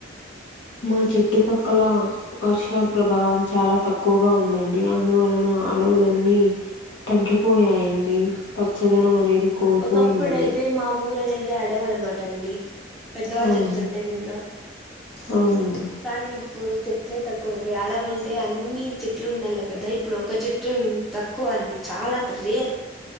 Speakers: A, on the left; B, in the centre.
A: మా చుట్టుపక్కల వర్ష ప్రభావం చాలా తక్కువగా ఉందండి అందువలన అడవులన్నీ తగ్గిపోయాయండి పచ్చదనం అనేది కోల్పోయిందండి
B: ఒకప్పుడైతే మా ఊరు అనేది అడవి అనమాట అండి పెద్దవాళ్ళు
A: అవును
B: చెప్తుంటే విన్న
A: అవునండి
B: కానీ ఇప్పుడు చె చెట్లే తక్కువ అయిపోయాయ్ అడవంటే అన్ని చెట్లు ఉండాల కదా ఇప్పుడు ఒక చెట్టు తక్కువ అండి చాలా రేర్